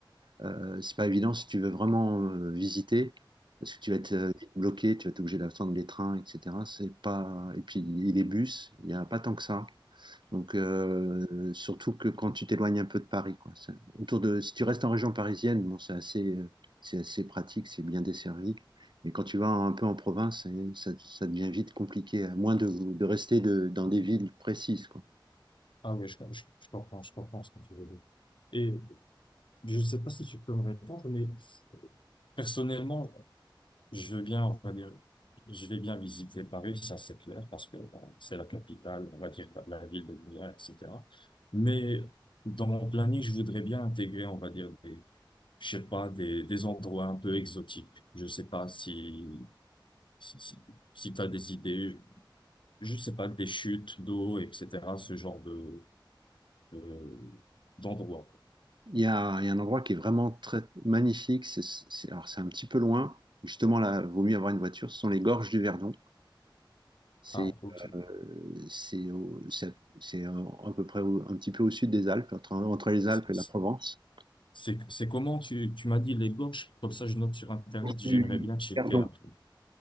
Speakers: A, on the right (about 65°); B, on the left (about 70°).
A: Euh, c'est pas évident si tu veux vraiment euh, visiter, parce que tu vas être euh, vite bloqué, tu vas être obligé d'attendre les trains, etc. C'est pas... Et puis et les bus, il n'y a pas tant que ça. Donc euh, surtout que quand tu t'éloignes un peu de Paris, quoi. Ça- Autour de... Si tu restes en région parisienne, bon, c'est assez, euh, c'est assez pratique, c'est bien desservi. Mais quand tu vas un peu en province, c'est- ça, ça devient vite compliqué, à moins de, de rester de- dans des villes précises, quoi.
B: Ah oui, je, je, je comprends, je comprends ce que tu veux dire. Et je ne sais pas si tu peux me répondre, mais personnellement, Je veux bien, on va dire, je vais bien visiter Paris, ça c'est clair, parce que bon, c'est la capitale, on va dire de la ville de Milan, etc. Mais dans mon planning, je voudrais bien intégrer, on va dire, des, je sais pas, des, des endroits un peu exotiques. Je sais pas si, si, si, si t'as des idées, je sais pas, des chutes d'eau, etc., ce genre de, de- d'endroits.
A: Il y a, un il y a un endroit qui est vraiment très magnifique. C'est, c'est- alors c'est un petit peu loin. Justement, là, vaut mieux avoir une voiture. Ce sont les gorges du Verdon. C'est
B: Ah, ok.
A: euh, c'est au- c'est- c'est, euh, à peu près au- un petit peu au sud des Alpes, entre, entre les Alpes et
B: C'est,
A: la Provence.
B: c'est c'est comment tu, tu m'as dit les gorges, comme ça je note sur Internet, j'aimerais
A: Du
B: bien checker.
A: Verdon.
B: après.